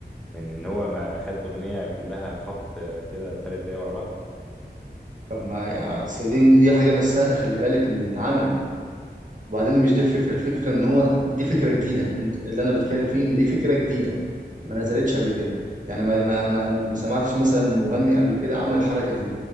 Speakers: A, in the centre; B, on the right.
A: من ان هو ما خد اغنيه كلها خبط آه، كده ثلاث دقايق ورا بعض
B: طب ما يعني أصل دي دي حاجة مش سهلة خلي بالك إن تتعمل وبعدين مش دي الفكرة الفكرة ان هو دي فكرة جديدة اللي انا بتكلم فيه ان دي فكرة جديدة ما نزلتش قبل كده يعني ما ما ما ما سمعتش مثلا مغني قبل كده عمل الحركة دي